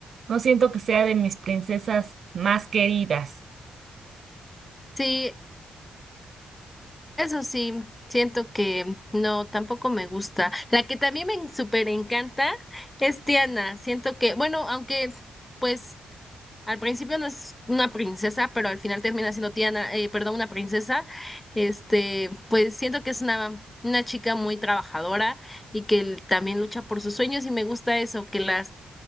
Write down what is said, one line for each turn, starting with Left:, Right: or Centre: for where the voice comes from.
Right: no siento que sea de mis princesas más queridas.
Left: Sí, eso sí, siento que no, tampoco me gusta. La que también me súper encanta es Tiana, siento que, bueno, aunque... Pues Al principio no es una princesa, pero al final termina siendo Tiana, eh, perdón, una princesa. Este, pues siento que es una, una chica muy trabajadora y que l- también lucha por sus sueños y me gusta eso, que las,